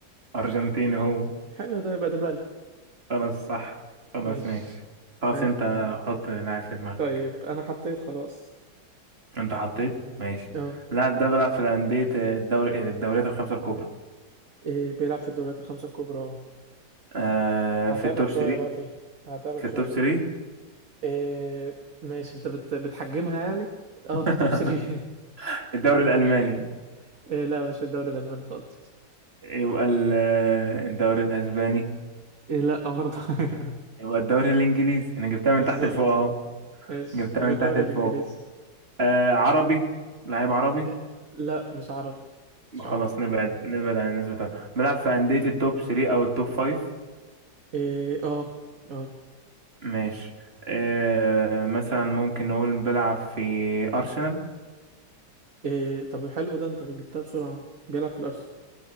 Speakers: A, on the right; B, on the right.
A: أرجنتيني هو
B: حلو ده يبقى ديبالا
A: خلاص صح خلاص
B: ماشي
A: ماشي خلاص
B: حلو
A: أنت حط لاعب في دماغك
B: طيب انا حطيت خلاص
A: أنت حطيت ماشي
B: اه
A: اللاعب ده بيلعب في الأندية الدوري الدوريات الخمسة الكبرى
B: إيه بيلعب في الدوريات الخمسه الكبرى اه
A: آه
B: هتعبك
A: في التوب
B: شويه
A: 3
B: بقى فيها هتعبك
A: في التوب
B: شويه فيها
A: 3
B: إيه ماشي انت بت... بتحجمها يعني اه
A: <laughs>
B: في التوب 3
A: الدوري الألماني
B: <laughs> إيه لا مش في الدوري الالماني خالص
A: يبقى ال- آه، الدوري الأسباني
B: إيه لا برضه <laughs>
A: يبقى الدوري الإنجليزي أنا جبتها من
B: بالظبط
A: تحت لفوق أهو
B: ماشي
A: جبتها
B: يبقى
A: من
B: الدوري
A: تحت لفوق
B: الانجليزي
A: آه عربي لعيب عربي
B: إيه، لا مش عربي مش
A: خلاص
B: عربي
A: نبعد نبعد عن الناس بتوع بيلعب في أندية التوب 3 أو التوب 5
B: ايه اه اه
A: ماشي آه مثلا ممكن نقول بيلعب في أرسنال
B: إيه طب حلو ده انت جبتها بسرعة بيلعب في الارسنال